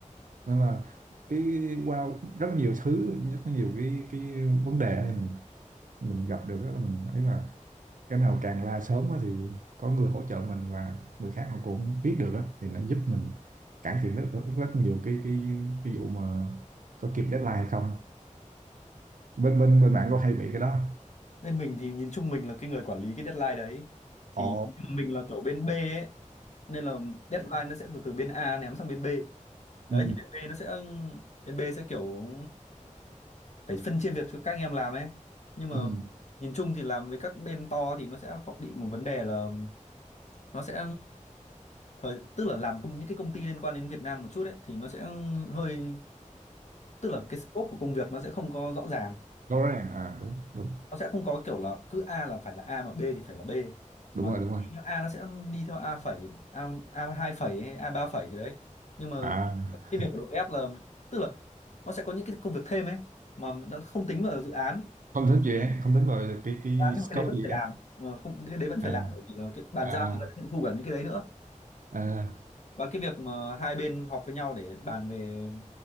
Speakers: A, on the right; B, on the left.
A: nên là cái qua rất là nhiều thứ rất là nhiều cái cái vấn đề thì mình mình gặp được á, là mình thấy mà cái nào càng la sớm á thì có người hỗ trợ mình và người khác họ cũng biết được á thì nó giúp mình cải thiện rất rất nhiều cái cái cái vụ mà có kịp deadline hay không bên bên bên bạn có hay bị cái đó
B: bên mình thì nhìn chung mình là cái người quản lý cái deadline đấy thì
A: ồ
B: nhưng mà mình là kiểu bên B ấy nên là deadline nó sẽ từ từ bên A ném sang bên B đấy
A: ừ
B: thì bên B nó sẽ bên B sẽ kiểu phải phân chia việc cho các anh em làm ấy nhưng mà
A: ừ
B: nhìn chung thì làm với các bên to thì nó sẽ có bị một vấn đề là nó sẽ thời tức là làm công những cái công ty liên quan đến Việt Nam một chút ấy thì nó sẽ hơi tức là cái scope của công việc nó sẽ không có rõ ràng
A: rõ ràng à đúng đúng
B: nó sẽ không có kiểu là cứ A là phải là A mà B thì phải là B
A: đúng
B: mà
A: rồi đúng rồi
B: A nó sẽ đi theo A phẩy A A hai phẩy hay A ba phẩy gì đấy nhưng mà
A: à
B: cái việc của đội F là tức là nó sẽ có những cái công việc thêm ấy mà nó không tính vào dự án
A: không tính dự án không tính vào cái cái
B: Dự án nhưng mà
A: scope
B: cái đấy vẫn
A: của dự
B: phải
A: án
B: làm Ờ, không cái đấy vẫn
A: à
B: phải làm bởi vì là cái bàn
A: à
B: giao người ta sẽ thu cả những cái đấy nữa
A: à
B: và cái việc mà hai bên họp với nhau để bàn về